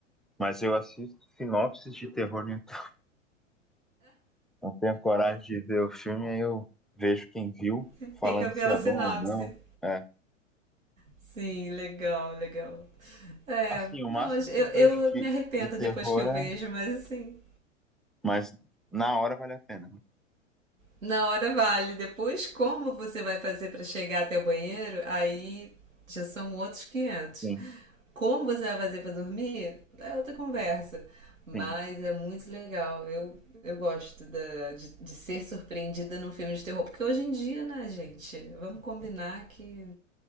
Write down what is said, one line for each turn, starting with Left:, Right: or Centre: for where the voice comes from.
Centre: Mas eu assisto sinopses de terror no YouTube. Não tenho coragem de ver o filme, aí eu vejo quem viu,
Right: <laughs>
Centre: falando
Right: Fica pela
Centre: se é
Right: sinopse.
Centre: bom ou não. É.
Right: Sim, legal, legal. É,
Centre: Assim, o
Right: não,
Centre: máximo
Right: eu,
Centre: que eu vejo
Right: eu
Centre: de,
Right: me arrependo
Centre: de terror
Right: depois que eu
Centre: é.
Right: vejo, mas assim,
Centre: Mas na hora vale a pena. né?
Right: Na hora vale. Depois, como você vai fazer para chegar até o banheiro? Aí já são outros quinhentos
Centre: Sim,
Right: Como você vai fazer para dormir? É outra conversa. Mas
Centre: sim.
Right: é muito legal. Eu, eu gosto da- de, de ser surpreendida num filme de terror. Porque hoje em dia, né, gente? Vamos combinar que.